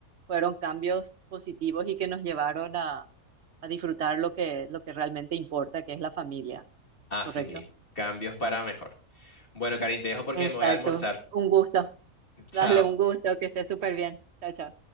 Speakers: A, on the right; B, on the left.
A: fueron cambios positivos y que nos llevaron a, a disfrutar lo que, lo que realmente importa, que es la familia,
B: Así
A: ¿correcto?
B: mismo, cambios para mejor. Bueno, Karin, te dejo porque
A: Exacto.
B: me voy a almorzar.
A: Un gusto.
B: <laughs> Chao.
A: Dale un gusto, que estés súper bien. Chao, chao.